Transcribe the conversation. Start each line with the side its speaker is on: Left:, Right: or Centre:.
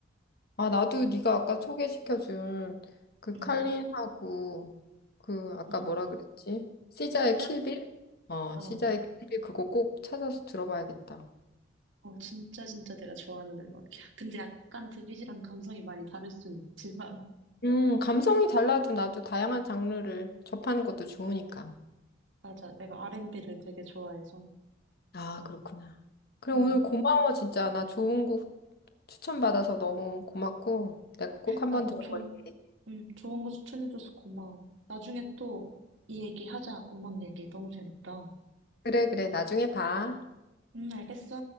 Left: 아, 나도 네가 아까 소개시켜준 그 칼린하고
Right: 응,
Left: 그 아까
Right: 응.
Left: 뭐라 그랬지? 시자의
Right: 시작?
Left: 킬빌? 어,
Right: 어,
Left: 시자의 킬빌 그거 꼭 찾아서 들어봐야겠다.
Right: 어, 진짜, 진짜 내가 좋아하는 음악이야. 근데 약간 드빗이랑 감성이 많이 다를 순 있지만. <laughs>
Left: 음, 감성이 달라도 나도 다양한 장르를 접하는 것도 좋으니까.
Right: 맞아, 내가 R&B를 되게 좋아해서.
Left: 아, 그렇구나. 그럼
Right: 응,
Left: 오늘 고마워, 진짜. 나 좋은 곡 추천받아서 너무 고맙고, 내가 꼭 한번
Right: 나도
Left: 들어볼게.
Right: 좋, 응, 좋은 거 추천해줘서 고마워. 나중에 또 이 얘기 하자, 음악 얘기. 너무 재밌다.
Left: 그래, 그래. 나중에 봐.
Right: 응, 알겠어.